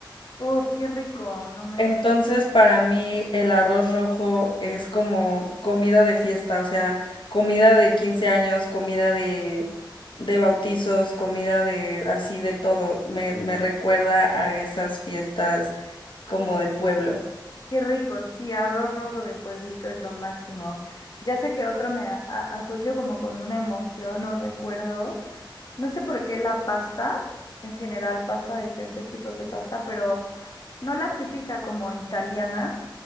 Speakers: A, on the left; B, on the left.
A: Uf, qué rico, no me
B: Entonces, para mí el arroz rojo es como comida de fiesta, o sea, comida de 15 años, comida de, de bautizos, comida de así de todo. Me, me recuerda a esas fiestas como de pueblo.
A: Qué rico, sí, arroz rojo de pueblito es lo máximo. Ya sé que otro me a- a- asocio como con una emoción o recuerdo. No sé por qué la pasta, en general pasta, diferentes tipos de pasta, pero no la típica como italiana.